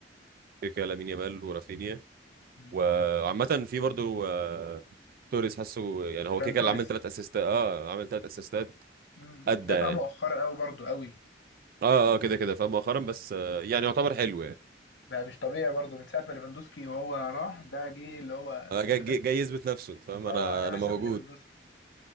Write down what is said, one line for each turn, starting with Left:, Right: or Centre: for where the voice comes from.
Right: كيكا لامين يامال ورافينيا
Left: مم.
Right: وعامة في برضو آه، توريس حاسه يعني هو
Left: فران
Right: كده كده
Left: توريس
Right: اللي عامل ثلاث اسيستات اه عامل ثلاث اسيستات
Left: مم.
Right: ادى
Left: دفع
Right: يعني
Left: مؤخرا قوي برضو قوي
Right: اه اه كده كده فاهم مؤخرا بس آه، يعني يعتبر حلو يعني
Left: بقى مش طبيعي برضو من ساعه ما ليفاندوسكي وهو راح ده جه اللي هو
Right: آه، جاي
Left: بيقول
Right: جاي
Left: لك
Right: جاي يثبت نفسه انت فاهم
Left: اه
Right: انا
Left: انا
Right: انا
Left: احسن
Right: موجود
Left: من ليفاندوسكي